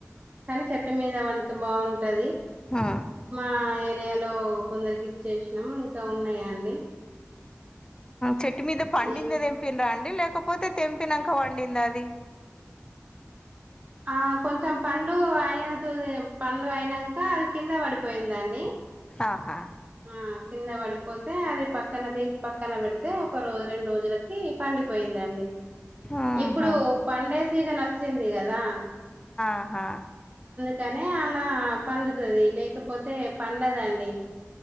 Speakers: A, on the right (about 35°); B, on the left (about 15°).
A: కానీ చెట్టు మీద వడితే బాగుంటు
B: ఆ
A: <inaudible> ఇండియాలో కొందరికి ఇచ్చేసినం ఇంకా ఉన్నాయా అండి
B: చెట్టు మీద పండింద
A: ఈ
B: లేకపోతే తెంపినాక వండింది అది
A: ఆ కొంచెం పండు అయినది పండు అయినాక అది కింద పడిపోయిందండి
B: ఆహా
A: ఆ కింద పడిపోతే అది పక్కన తీసి పక్కన పెడితే ఒక రోజ రెండు రోజులకి పండి పోయిందండి
B: ఆహా
A: ఇప్పుడు పండే సీజన్ వచ్చింది కదా
B: ఆహా
A: కానే అలా పడుతుది లేకపోతే పండదండి